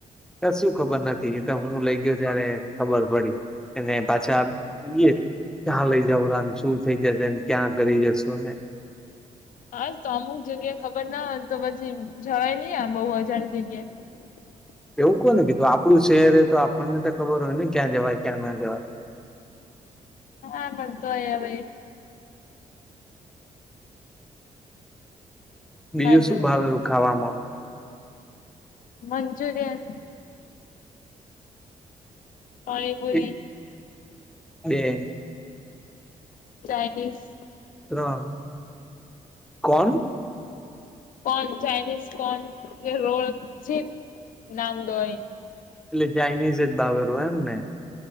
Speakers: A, in the centre; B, on the left (about 75°).
A: કશું ખબર નથી એ તો હું લઈ ગયો ત્યારે ખબર પડી અને પાછા બીએ ક્યાં લઈ જાવરા શું થઇ જશે ક્યાં કરી જસોને
B: હાસ તો અમુક જગ્યા ખબર ના હોય તો પછી જવાય નઈ આમ બહુ અજાણી જગ્યાએ <inaudible>
A: એવું કોને કીધું આપડું શહેર તો આપણને તો ખબર હોય ને ક્યાં જવાય ક્યાં ના જવાય
B: હા પણ તોય હવે
A: બીજું
B: ના
A: શું
B: જવાય
A: ભાવે રું ખાવામાં
B: મંચુરિયન પાણીપુરી
A: એક બે.
B: ચાઈનીઝ
A: ત્રણ કોણ?
B: કોન ચાયનીશ કોન કે રોલ જે નામ દો એ.
A: એટલે ચાઈનીઝ એજ ભાવેરો એમ ને.